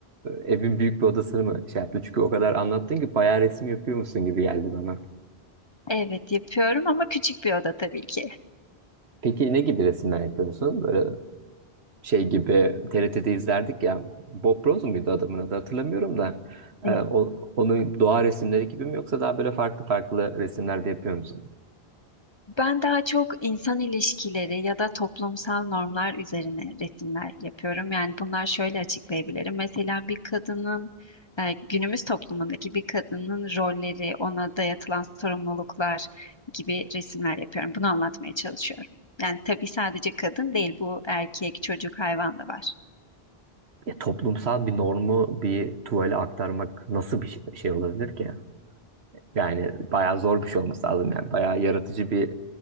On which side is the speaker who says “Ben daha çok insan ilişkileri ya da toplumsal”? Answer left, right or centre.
Left